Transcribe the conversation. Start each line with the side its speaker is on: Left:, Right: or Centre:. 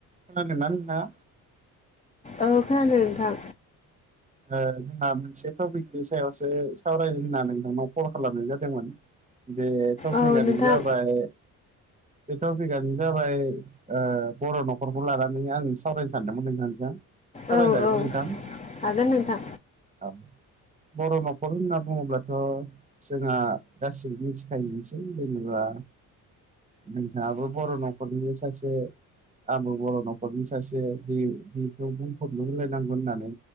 Right: खोनादोंना नोंथाङा?
Left: औ खोनादों नोंथां
Right: ओ जोंहा मोनसे टपिकनि सायावसो सावरायनो होननानै नोंथांनाव कल खालामनाय जादोंमोन बे थफिकयानो
Left: औ नोंथां
Right: जाबाय बे टपिकआनो जाबाय ओ बर' न'खरखौ लानानै आं सावरायनो सानदोंमोन नोंथांजों सावराय
Left: औ
Right: जागोनना
Left: औ
Right: नोंथां
Left: हागोन नोंथां
Right: औ बर' न'खर होनना बुङोब्लाथ' जोंहा गासिबो मिथिखायोसै जेनेबा नोंथाङाबो बर' न'खरनि सासे आंबो बर' न'खरनि सासे बे बेखौ बुंहनो हलायनांगौ होननानै